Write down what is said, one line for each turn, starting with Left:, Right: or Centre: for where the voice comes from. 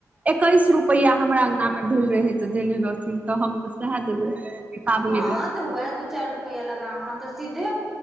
Right: एकैस रुपैआ हमरा अङ्गनामे भेल रहै तऽ देने रहथिन तऽ हम तऽ सह देबै। एकावने
Centre: हँ, तऽ हुए दू चार रुपआ लगा अहाँ तऽ सीधे